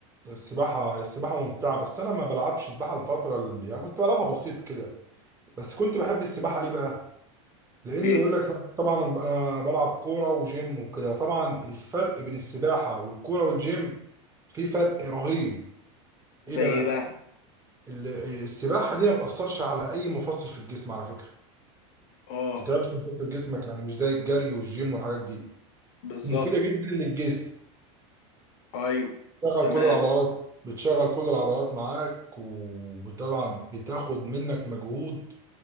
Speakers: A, on the right; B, on the left.
A: السباحه السباحه ممتعه بس انا ما بلعبش سباحه الفتره اللي يعني كنت بلعبها بسيط كده بس كنت بحب السباحه ليه بقى لان
B: ليه
A: يقول لك طبعا انا بلعب كوره وجيم وكده طبعا الفرق بين السباحه والكوره والجيم في فرق رهيب
B: زي
A: ايه بقى
B: ايه بقى
A: ال- السباحه دي ما بتاثرش على اي مفصل في الجسم على فكره ما
B: اه
A: بتتعبش مفصل جسمك يعني مش زي الجري والجيم والحاجات دي
B: بالظبط
A: ومفيده جدا للجسم
B: ايوه
A: بتشغل
B: تمام
A: كل العضلات بتشغل كل العضلات معاك وطبعا بتاخد منك مجهود